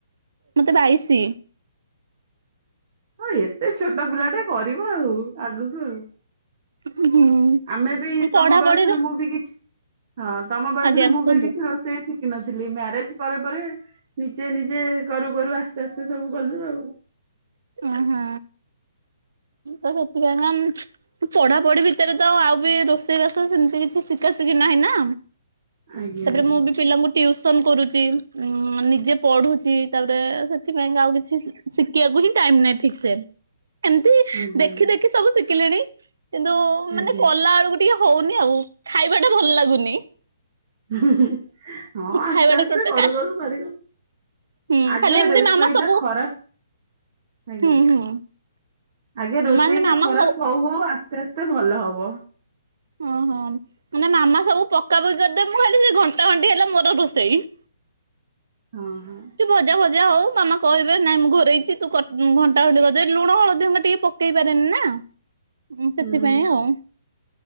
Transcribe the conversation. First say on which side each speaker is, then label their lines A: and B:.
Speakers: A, on the right; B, on the right.
A: ମତେ ବାଇଶି।
B: ହଁ ଏତେ ଛୋଟ ପିଲା ଟାଏ କରିବ ଆଉ ଆଗକୁ ଆଉ।
A: ହୁଁ।
B: ଆମେ ବି
A: ପଢାପଢିରେ
B: ତମ ବୟସରୁ ମୁଁ ବି କିଛି ହଁ ତମ ବୟସରୁ
A: ଆଜ୍ଞା
B: ମୁଁ
A: କୁହନ୍ତୁ
B: ବି କିଛି ରୋଷେଇ ଶି କିି ନଥିଲି ମ୍ୟାରେଜ୍ ପରେ ପରେ ନିଜେ ନିଜେ କରୁ କରୁ ଆସ୍ତେ ଆସ୍ତେ ସବୁ କଲୁ ଆଉ।
A: ଅଁ ହଁ ତ ସେଥିପାଇଁ <inaudible> ଆ ପଢାପଢି ଭିତରେ ତ ଆଉ ବି ରୋଷେଇବାସ ସେମ୍ ତି କିଛି ଶିଖା ଶିଖି ନାହିଁ ନା।
B: ଆଜ୍ଞା
A: ତାପରେ
B: ଆଜ୍ଞା
A: ମୁଁ ବି ପିଲାଙ୍କୁ ଟିଉସନ୍ କରୁଚି ଉଁ ନିଜେ ପଢୁଚି ତାପରେ ସେଥିପାଇଁ କା ଆଉ କିଛି ଶିଖିଆକୁ ହିଁ ଟାଇମ୍ ନାଇଁ ଠିକ୍ ସେ ଏମ୍ ତି
B: ଆଜ୍ଞା
A: ଦେଖି ଦେଖି ସବୁ ଶିଖିଲିଣି କିନ୍ତୁ
B: ଆଜ୍ଞା
A: ମାନେ କଲା ବେଳକୁ ଟିକେ ହଉନି ଆଉ ଖାଇବା ଟା ଭଲ ଲାଗୁନି।
B: ହଁ ଆସ୍ତେ
A: ଖାଇବା ଟା
B: ଆସ୍ତେ
A: ଟୋଟା
B: କରୁ କରୁ କରିବ।
A: ହୁଁ
B: ଆଗେ
A: ଖାଲି ଏମିତି
B: ରେଷେଇ
A: ମାମା ସବୁ
B: ଟା ଖରାପ ଆଜ୍ଞା
A: ହୁଁ ହୁଁ।
B: ଆଗେ ରୋଷେଇ
A: ମାନେ
B: ଟା
A: ମାମା
B: ଖରାପ ହଉ ହଉ ଆସ୍ତେ ଆସ୍ତେ ଭଲ ହବ।
A: ଅହ ମାନେ ମାମା ସବୁ ପକା ପକି କରିଦେବ୍ ମୁଁ ଖାଲି ସେ ଘଣ୍ଟା ଘଣ୍ଟି ହେଲା ମୋର ରୋଷେଇ।
B: ହଁ ହଁ।
A: କି ଭଜା ଭଜା ହଉ ମାମା କହିବେ ନାଇଁ ମୁଁ ଘୋରେଇଚି ତୁ କ ଘଣ୍ଟା ଘଣ୍ଟି କରିଦେ ଲୁଣ ହଳଦୀ ମତେ ଟିକେ ପ କେଇ ପାରେନି ନା ସେଥିପାଇଁ
B: ହୁଁ ହୁଁ
A: ଆଉ।